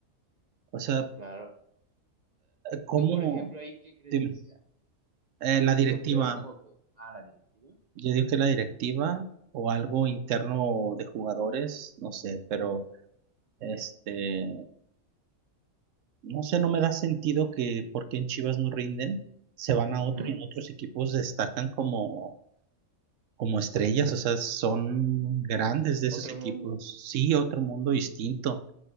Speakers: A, on the right (about 70°); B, on the right (about 50°).
A: O sea,
B: claro.
A: ¿cómo?
B: Tú, por ejemplo, ahí, ¿qué crees
A: Dime,
B: que sea?
A: eh, la
B: Por
A: directiva,
B: ejemplo, ¿crees como que, ah, la directiva?
A: yo digo que la directiva o algo interno de jugadores, no sé, pero... Este, No sé, no me da sentido que porque en Chivas no rinden, se van a otro
B: Ujú,
A: y en otros equipos destacan como, como estrellas, o sea, son grandes de esos
B: Otro
A: equipos.
B: mundo, ¿no?
A: Sí, otro mundo distinto.